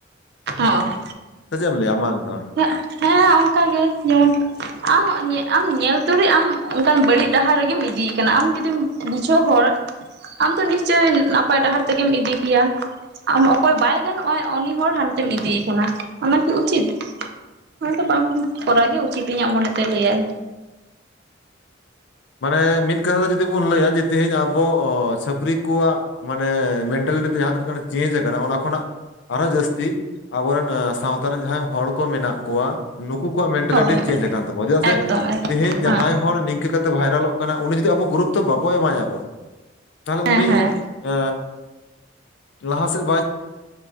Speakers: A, on the right; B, on the left.
A: ᱚᱸ
B: ᱪᱮᱫ ᱮᱢ ᱞᱟᱹᱭᱼᱟ ᱢᱟ ᱞᱟᱹᱭ ᱛᱟᱞᱟᱝ ᱢᱮ᱾
A: ᱦᱮᱸ ᱦᱮᱸ ᱚᱱᱠᱟ ᱜᱮ ᱡᱮᱢᱚᱱ᱾ ᱟᱢ ᱧᱮ ᱟᱢ ᱧᱮᱞ ᱛᱩᱞᱩᱪ ᱟᱢ ᱚᱱᱠᱟᱱ ᱵᱟᱹᱲᱤᱡ ᱰᱟᱦᱟᱨ ᱨᱮᱜᱮᱢ ᱤᱫᱤᱭᱮ ᱠᱟᱱᱟ ᱟᱢ ᱡᱩᱫᱤᱢ᱾ ᱵᱩᱡᱷᱟᱹᱣ ᱦᱚᱲ ᱟᱢᱛᱚ ᱱᱤᱥᱪᱳᱭ ᱱᱟᱯᱟᱭ ᱰᱟᱦᱟᱨ ᱛᱮᱜᱮᱢ ᱤᱫᱤ ᱠᱮᱭᱟ᱾ ᱟᱢ ᱚᱠᱚᱭ ᱵᱟᱭ ᱜᱟᱱᱚᱜ ᱟᱭ ᱩᱱᱤ ᱦᱚᱲ ᱦᱟᱱᱛᱮᱢ ᱤᱫᱤᱭᱮ ᱠᱟᱱᱟ ᱚᱱᱟᱠᱤ ᱩᱪᱤᱛ᱾ ᱚᱱᱟ ᱫᱚ ᱵᱟᱝ ᱠᱚᱨᱟᱣ ᱜᱮ ᱩᱪᱤᱛ ᱤᱧᱟᱹᱜ ᱢᱚᱱᱮᱛᱮ ᱞᱟᱹᱭᱼᱟᱭ᱾
B: ᱢᱟᱱᱮ ᱢᱤᱫ ᱠᱟᱛᱷᱟ ᱛᱮ ᱡᱩᱫᱤ ᱵᱚᱱ ᱞᱟᱹᱭᱟ ᱡᱮ ᱛᱮᱦᱮᱧ ᱟᱵᱚ ᱪᱷᱟᱹᱯᱨᱤ ᱠᱚᱣᱟᱜ᱾ ᱢᱟᱱᱮ ᱢᱮᱱᱴᱟᱞᱤᱴᱤ ᱛᱮ ᱡᱟᱦᱟᱸ ᱛᱤᱱᱟᱹᱜ ᱜᱟᱱ ᱪᱮᱧᱡᱽ ᱠᱟᱱᱟ ᱚᱱᱟ ᱠᱷᱚᱱᱟᱜ᱾ ᱟᱨᱦᱚᱸ ᱡᱟᱹᱥᱛᱤ ᱟᱵᱚᱨᱮᱱ ᱥᱟᱶᱛᱟ ᱨᱮᱱ ᱡᱟᱦᱟ ᱦᱚᱲ ᱠᱚ ᱢᱮᱱᱟᱜ ᱠᱚᱣᱟ᱾ ᱱᱩᱠᱩ ᱠᱚᱣᱟᱜ ᱢᱮᱱᱴᱟᱞᱤᱴᱤ
A: ᱦᱳᱭ
B: ᱪᱮᱧᱡ ᱠᱟᱱ ᱛᱟᱠᱚᱣᱟ ᱪᱮᱫᱟᱜ ᱥᱮ
A: ᱮᱠᱫᱚᱢ ᱮᱠᱫᱚᱢ
B: ᱛᱮᱦᱤᱧ
A: ᱦᱮᱸ
B: ᱡᱟᱦᱟᱸᱭ ᱦᱚᱲ ᱱᱤᱱ᱾ ᱪᱤᱠᱟᱹᱛᱮ ᱵᱷᱟᱭᱨᱟᱞᱚᱜ ᱠᱟᱱᱟ ᱩᱱᱤ ᱡᱩᱫᱤ ᱟᱵᱚ ᱜᱩᱨᱩᱛᱚ ᱵᱟᱵᱚ ᱮᱢᱟᱭᱟᱵᱚᱱ ᱛᱟᱦᱚᱞᱮ
A: ᱦᱮᱸ
B: ᱩᱱᱤ᱾
A: ᱦᱮᱸ
B: ᱮ ᱞᱟᱦᱟ ᱥᱮᱫ ᱵᱟᱭ᱾